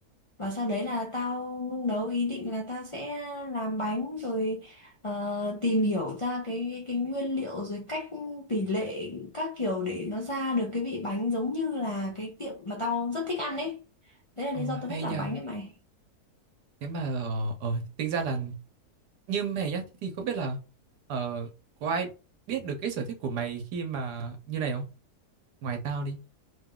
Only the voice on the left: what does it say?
và sau đấy là tao nung nấu ý định là tao sẽ làm bánh rồi ờ, tìm hiểu ra cái, cái cái nguyên liệu rồi cách tỷ lệ các kiểu để nó ra được cái vị bánh giống như là cái tiệm mà tao rất thích ăn đấy đấy là
lý do tao
thích làm
bánh đấy mày